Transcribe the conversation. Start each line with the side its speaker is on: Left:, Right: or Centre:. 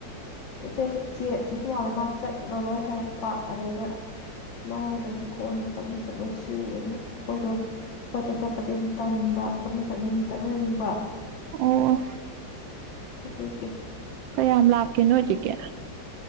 Left: ꯏꯆꯦ ꯏꯆꯦ ꯏꯆꯦ ꯁꯨ ꯃꯥꯥꯜꯂꯣ ꯃꯥ ꯆꯠꯂꯔꯣꯏ ꯍꯥꯏꯔꯛꯄ ꯑꯗꯨꯗꯩꯗ ꯃꯥ ꯌꯥꯎꯗ꯭ꯔꯗꯤ ꯀꯣꯟꯅ ꯇꯞꯅ ꯆꯠꯂꯁꯤ ꯑꯗꯨꯅ ꯑꯩꯈꯣꯏꯗꯣ ꯍꯣꯏꯇ ꯆꯠꯄꯗꯒꯤ ꯑꯃꯨꯛ ꯇꯕ ꯄꯨꯟꯅ ꯆꯠꯅꯤꯡ ꯆꯠꯃꯤꯟꯅꯅꯤꯡꯕ
Right: ꯑꯣ
Left: ꯑꯗꯨ ꯀꯤ
Right: ꯀꯌꯥꯝ ꯂꯥꯞꯀꯦ ꯅꯣꯏꯇꯀꯤ